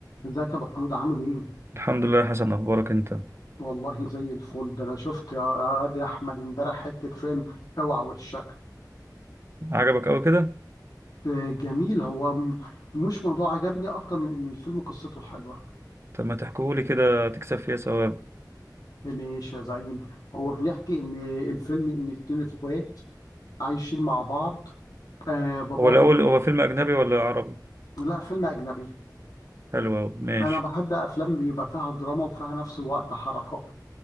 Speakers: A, on the left; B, on the right.
A: ازيك يا ابو حميد عامل ايه؟
B: الحمد لله يا حسن اخبارك انت
A: والله زي الفل ده انا شفت يا واد يا احمد امبارح حته فيلم اوعى وشك
B: عجبك قوي كده
A: آه، جميل هو م- مش موضوع عجبني اكتر من ان الفيلم قصته حلوه
B: طب ما تحكيهولي كده تكسب فيها ثواب
A: آه، ماشي يا زعيم هو بيحكي ان الفيلم ان اتنين اخوات عايشين مع بعض آه باباهم
B: هو الاول هو فيلم اجنبي ولا عربي
A: لا فيلم اجنبي
B: حلو أوي. ماشي
A: انا بحب افلام بيبقى فيها دراما وفيها نفس الوقت حركه